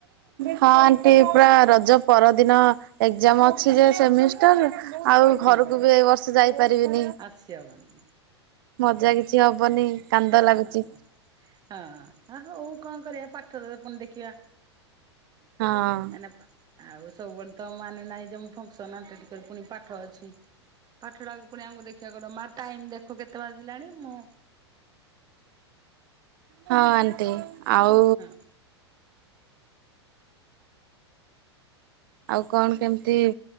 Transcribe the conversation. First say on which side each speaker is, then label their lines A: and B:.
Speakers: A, on the right; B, on the right.
A: ହଁ ଆଣ୍ଟି। ପୁରା ରଜ ପରଦିନ ଏଗଜାମ୍ ଅଛି ଯେ ସେ ମିଷ୍ଟାର? ଆଉ ଘରକୁ
B: ହୁଁ
A: ବି ଏ ବର୍ଷ ଯାଇପାରିବିନି।
B: ଆସିହବନି
A: ମଜା କିଛି <unintelligible> କିଛି ହବନି। କାନ୍ଦ
B: ହା ହା
A: ଲାଗୁଚି
B: ହା ହା। ହଁ। ହଁ ହୋଉ। କଣ କରିବା ପାଠରେ ତ ପୁଣି ଦେଖିବା।
A: ହଁ।
B: ହେଇନା ପା ଆଉ। ସବୁବେଳେ ତ ମାନେ ନାହିଁ ଯେ ମୁଁ ଫଙ୍କସନ ଆଟେଣ୍ଟ କରିବି। ପୁଣି ପାଠ ଅଛି। ପାଠ ଟାକୁ ପୁଣି ଆମକୁ ଦେଖି <unintelligible> କର। ମା ଟାଇମ୍ ଦେଖ କେତେ ବାଜିଲାଣି? ମୁଁ
A: ହଁ ଆଣ୍ଟି। ଆଉ।
B: ହଁ
A: ଆଉ କଣ କେମିତି?